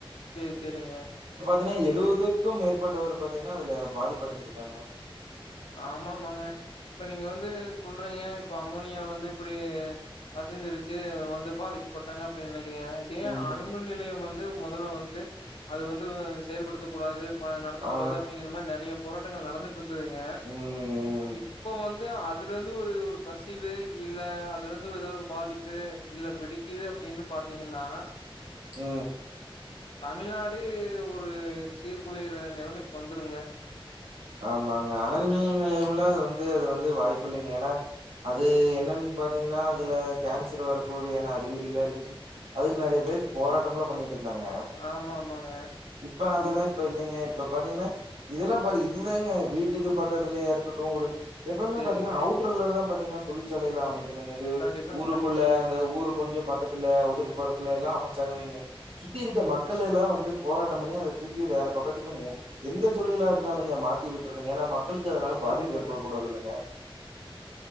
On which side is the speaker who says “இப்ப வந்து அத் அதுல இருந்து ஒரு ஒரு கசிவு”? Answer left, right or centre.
Left